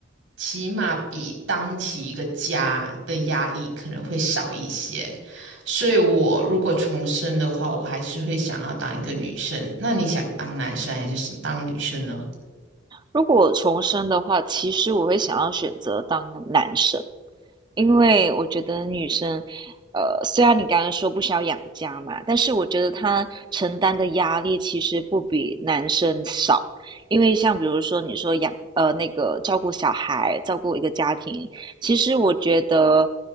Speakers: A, on the right (about 70°); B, on the right (about 20°).
A: 起码比当起一个家的压力可能会少一些。所以我如果重生的话，我还是会想要当一个女生。那你想当男生还是当女生呢？
B: 如果我重生的话，其实我会想要选择当男生，因为我觉得女生，呃，虽然你刚刚说不需要养家嘛，但是我觉得她承担的压力其实不比男生少。因为像比如说你说养，呃，那个照顾小孩、照顾一个家庭，其实我觉得，